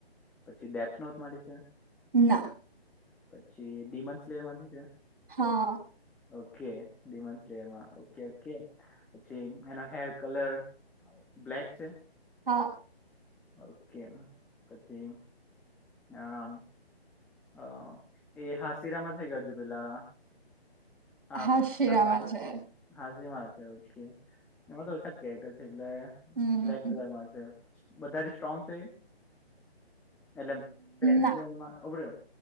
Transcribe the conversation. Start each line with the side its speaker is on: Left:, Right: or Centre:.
Centre: પછી ડેથનોથ માંથી છે?
Right: ના
Centre: પછી ડીમન્સલેર માંથી છે?
Right: હા
Centre: ઓકે ડિમન્સલેરમાં ઓકે ઓકે. પછી એના હેર કલર બ્લેક છે?
Right: હા
Centre: ઓકે પછી આમ અ એ હાસીરામાં છે કે હજુ પેલા આમ
Right: હા શિરામાં
Centre: નલા
Right: છે
Centre: હાસીમાં છે ઓકે એમાં તો ઓછા જ કેરેક્ટર છે એટલે
Right: હમ
Centre: બ્લેક કલરમાં છે. વધારે સ્ટ્રોંગ છે એ એટલે ક્રેન્સ
Right: ના
Centre: લેવલમાં ઉભ રે